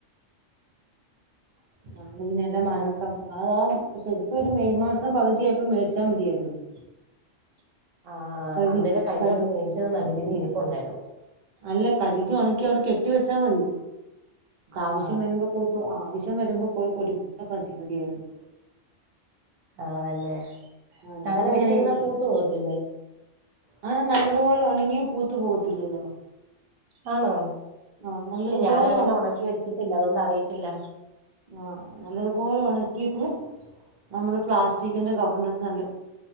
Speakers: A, on the right (about 75°); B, on the right (about 45°).
A: <inaudible>
B: നമ്മള് പിന്നെ എല്ലാം മഴക്കാ അതാ ശരിക്കും ഒരു മെയ് മാസം പകുതിയപ്പോ മേടിച്ചാൽ മതിയായിരുന്നു.
A: <inaudible> ആഹ്
B: കഴി
A: അന്നേരം കഴിഞ്ഞ
B: കഴി
A: കൊല്ലം മേടിച്ചത് നല്ല രീതിയില് ഇരിപ്പ ഉണ്ടായിരുന്നു.
B: അല്ല കഴിക്കുവാണ്. ടെ കെട്ടി വെച്ചാൽ മതി, ആവശ്യം
A: ആ
B: വരുമ്പോ ആവശ്യം വരുമ്പോ പോയി <unintelligible> മതിയായിരുന്നു.
A: ആണല്ലേ
B: ആ
A: അങ്ങനെ
B: ഞങ്ങളങ്ങനെ
A: വെച്ചിരുന്നാ പൂത്ത് പോവത്തില്ലേ
B: അങ്ങനെ നല്ലതുപോലെ ഉണങ്ങിയ പൂത്തു പോകത്തില്ലല്ലോ
A: ആണോ,
B: ആഹ് നല്ലതുപോലെ
A: ഇല്ല ഞാൻ അങ്ങനെ ഉണക്കി വെച്ചിട്ടില്ല അതുകൊണ്ട് അറിയത്തില്ല.
B: ആഹ നല്ലതുപോലെ ഉണക്കിയിട്ട് നമ്മള് പ്ലാസ്റ്റിക്കിന്റെ കവറിനട്ട് നല്ല